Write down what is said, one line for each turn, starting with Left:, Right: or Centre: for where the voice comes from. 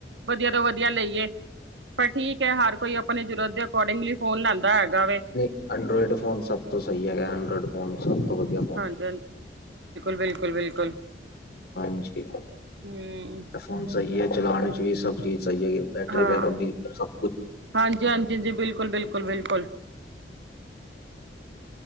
Right: ਵਦੀਆ ਤੋਂ ਵਦੀਆ ਲਈਏ, ਪਰ ਠੀਕ ਏ ਹਰ ਕੋਈ ਆਪਨੇ ਜਰੂਰਤ ਤੇ ਅਕੋਡਿੰਗਲੀ ਫੋਨ ਲੈਂਦਾ ਹੈਗਾ ਵੇ।
Left: <unintelligible>
Right: <unintelligible> ਬਿਲਕੁਲ, ਬਿਲਕੁ, ਬਿਲਕੁਲਝ।
Left: ਹਾਂਜੀ,
Right: ਹਮ
Left: ਐ ਫੋਨ ਸਈ ਏ ਚਲਾਣ ਚ ਵੀ ਸਬ ਸਈ ਐਈ ਬੈਟਰੀ
Right: ਹਾਂ
Left: ਬੈਕਅਪ ਵੀ ਸਬ
Right: ਹਾਂਜੀ, ਹਾਂਜੀ, ਹਾਂਜੀ ਬਿਲਕੁਲ, ਬਿਲਕੁਲ, ਬਿਲਕੁਲ।